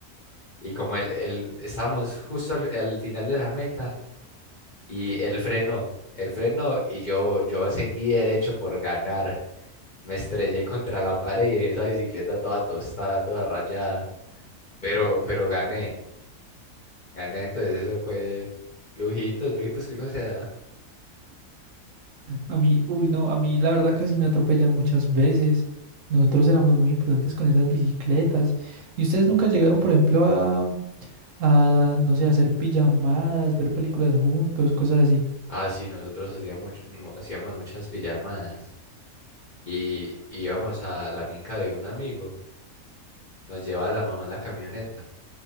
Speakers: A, on the left; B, on the right.
A: Y como el, el, estábamos justo al, al final de la meta, y él frenó, él frenó y yo, yo seguí derecho por ganar. Me estrellé contra la pared y dejé esa bicicleta toda tostada, toda rayada. Pero, pero gané. Gané, entonces eso fue lujitos, lujitos que uno se da.
B: A mí, uy, no, a mí la verdad casi me atropellan muchas veces. Nosotros éramos muy imprudentes con esas bicicletas. ¿Y ustedes nunca llegaron, por ejemplo, a, a, no sé, a hacer pijamadas, ver películas juntos, cosas así?
A: Ah, sí, nosotros hacíamos, mu- hacíamos muchas pijamadas y íbamos a la finca de un amigo, nos llevaba la mamá en la camioneta